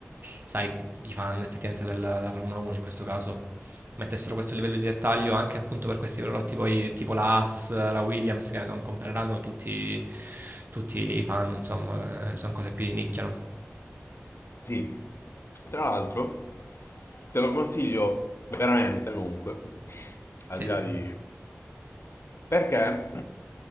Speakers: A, on the right (about 50°); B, on the left (about 65°).
A: sai, i fan effettivamente della, della Formula 1 in questo caso mettessero questo livello di dettaglio anche appunto per questi prodotti poi tipo la Haas, la Williams che non compreranno tutti, tutti i fan, insomma, eh, sono cose più di nicchia, no?
B: Sì, tra l'altro te lo consiglio veramente comunque, al
A: Sì,
B: di là
A: sì.
B: di... Perché